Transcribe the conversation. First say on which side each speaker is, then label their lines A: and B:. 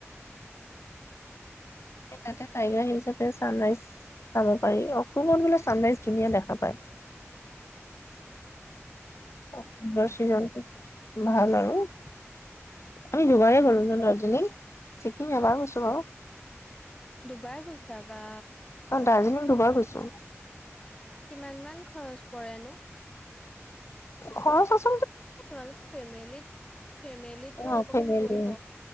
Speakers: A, on the left; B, on the left.
A: <unintelligible>
B: এ তাত। ব ছিজন <unintelligible> ভাল আৰু আমি দুবাৰে গ'লো জানা দাৰ্জিলিং? চিকিম
A: ভাল
B: এবাৰ
A: ভাল
B: গৈছোঁ বাৰু
A: দুবাৰ গৈছা বা
B: অ দাৰ্জিলিং দুবাৰ গৈছোঁ।
A: কিমান মান খৰচ পৰে নো?
B: খৰচ-থৰচ
A: তোমালোক ফেমিলিত, ফেমিলিত বাৰু
B: অ
A: অকমান
B: ফেমিলি
A: পৰিব,